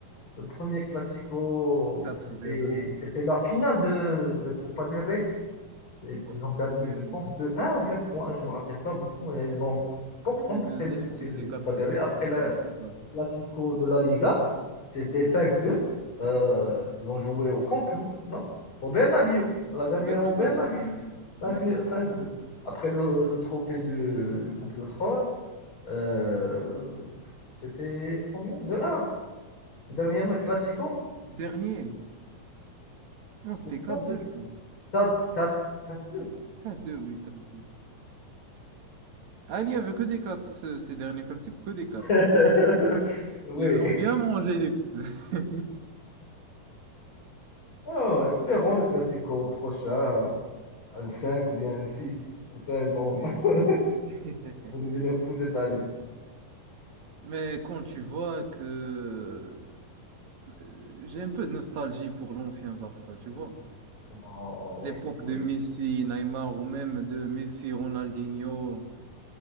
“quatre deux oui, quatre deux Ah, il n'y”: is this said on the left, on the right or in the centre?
Right